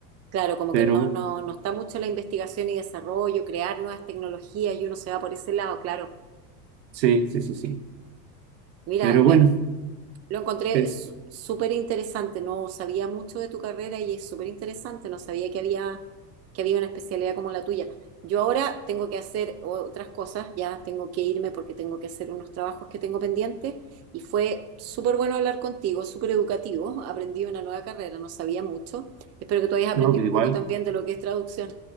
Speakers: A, on the right; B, on the right.
A: Claro, como
B: Pero
A: que no, no, no está mucho la investigación y desarrollo, crear nuevas tecnologías y uno se va por ese lado, claro.
B: sí, sí, sí, sí.
A: Mira,
B: Pero
A: me,
B: bueno,
A: lo encontré
B: es,
A: su- súper interesante, no sabía mucho de tu carrera y es súper interesante, no sabía que había, que había una especialidad como la tuya. Yo ahora tengo que hacer otras cosas, ya tengo que irme porque tengo que hacer unos trabajos que tengo pendientes y fue súper bueno hablar contigo, súper educativo, aprendí una nueva carrera, no sabía mucho. Espero que tú hayas aprendido
B: no, igual.
A: un poco también de lo que es traducción.